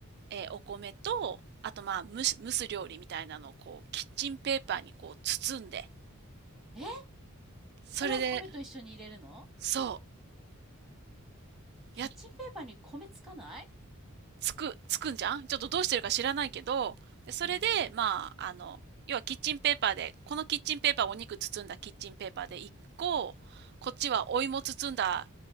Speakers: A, on the right; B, in the centre.
A: えーお米と、
B: うん。
A: あとまあ、蒸す、蒸す料理みたいなのをこう、キッチンペーパーにこう、包んで、
B: え
A: それで、
B: それを米と一緒に入れるの
A: そ
B: キッチンペーパーに米つかない
A: う、やつく、つくんじゃんちょっとどうしてるか知らないけど、でそれで、
B: うん。
A: まあ、あの、要はキッチンペーパーで、このキッチンペーパーをお肉包んだキッチンペーパーで1個、こっちはお芋包んだ